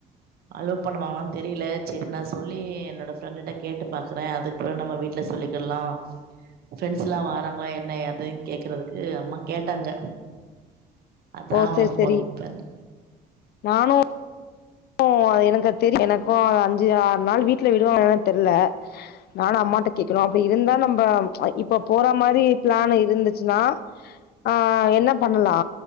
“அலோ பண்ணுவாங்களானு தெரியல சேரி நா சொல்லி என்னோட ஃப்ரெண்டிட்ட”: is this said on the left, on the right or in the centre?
Right